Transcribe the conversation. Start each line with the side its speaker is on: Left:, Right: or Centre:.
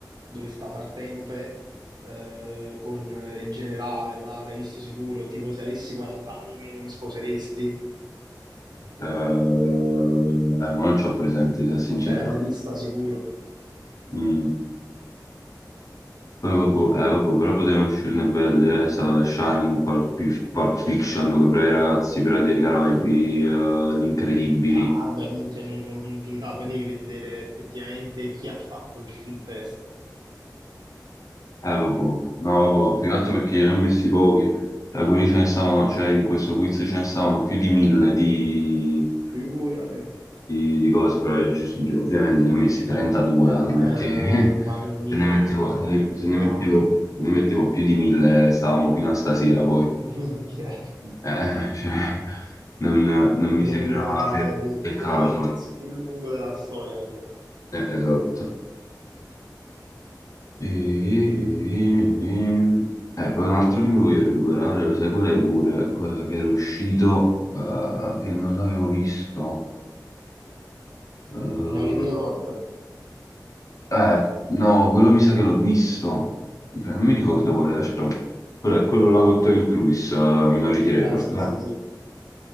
Right: dove sta Partenope eh, con il generale là, l'hai visto sicuro? Tipo se avessi 40 anni di meno mi sposeresti.
Left: eh, non ci ho presenti, se sincero.
Right: Eh, l'hai vista sicuro.
Left: Mm. Poi vabbè, eh, vabbè, però potevano uscirne belli, eh. Stava Shining, Pulp, Fi- Pulp Fiction, quei bravi ragazzi, Pirati dei Caraibi, eh, Gli Incredibili.
Right: Ah, beh, minchia, ce ne sono un'infinità, poi devi vedere effettivamente chi ha fatto il, il test.
Left: Eh, vabbè, no, vabbè, più che altro perché ne ho messi pochi, Eh, quelli ce ne stavano, cioè in questo quiz ce ne stavano più di mille di,
Right: Figurati. Eh,
Left: di, di cose, però è giusto- gi- ovviamente ne ho messi 32,
Right: vabbè,
Left: anche perché <laughs>
Right: eh, farne mille
Left: se ne mettevo,
Right: mi sembra
Left: se
Right: un
Left: ne,
Right: attimino...
Left: se ne mettevo, se ne mettevo più di mille stavamo fino a stasera poi,
Right: <laughs> minchia.
Left: Eh, <laughs> cioè, non, non mi
Right: Veniva,
Left: sembrava per
Right: veni-
Left: il caso.
Right: veniva il quiz più lungo della storia, veniva.
Left: Eh, esatto. E, e- eh, poi un altro che mi voglio recuperare, lo sai qual è pure? Quella che era uscito, eh, che non l'avevo visto. Eh,
Right: Minority Report.
Left: eh, no, quello mi sa che l'ho visto. Mica- Non mi ricordo qual era, aspetta. Quello è quello là con Tom Cruise, eh, Minority Report.
Right: Ah, sì,
Left: eh.
Right: sì, sì.